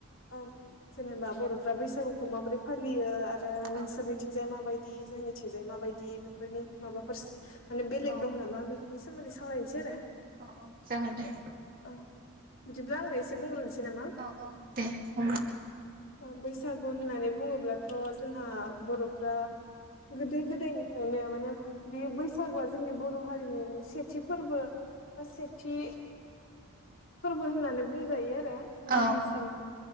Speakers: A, on the left; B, on the right.
A: औ जेनेबा बर'फ्रा बैसागुखौ माबोरै फालियो आरो नोंसोरनिथिंजाय
B: औ
A: माबायदि बिदि जोंनिथिंजाय माबायदि बेफोरनि माबाफोर माने बेलेग
B: औ
A: दं नामा बे नि सोमोन्दै सावरायायनोसै आरो
B: औ - औ जागोन दे
A: औ औ बिदिब्ला आंनो एसे बुंग्रोनोसै नामा
B: औ औ दे होमब्ला
A: औ बैसागु होननानै बुङोब्लाथ' जोंहा बर'फ्रा गोदो गोदायनिफ्रायनो माने बे बैसागुआ जोंनि बर' हारिनि माने सेथि फोरबो बा सेथि फोरबो होननानै बुंजायो गिबिसिन
B: औ औ